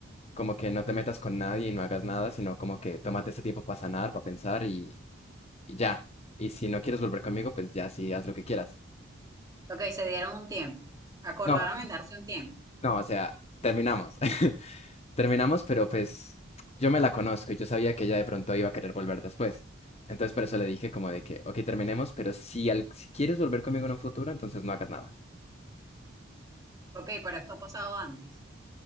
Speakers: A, on the left; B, on the right.
A: como que no te metas con nadie y no hagas nada, sino como que tómate ese tiempo para sanar, para pensar y, y ya. Y si no quieres volver conmigo, pues ya sí, haz lo que quieras.
B: Ok, se dieron un tiempo. Acordaron
A: No,
B: en darse un tiempo.
A: no, o sea, terminamos. <laughs> Terminamos, pero pues yo me la conozco y yo sabía que ella de pronto iba a querer volver después. Entonces por eso le dije como de que, ok, terminemos, pero si, al- si quieres volver conmigo en un futuro, entonces no hagas nada.
B: Ok, pero esto ha pasado antes.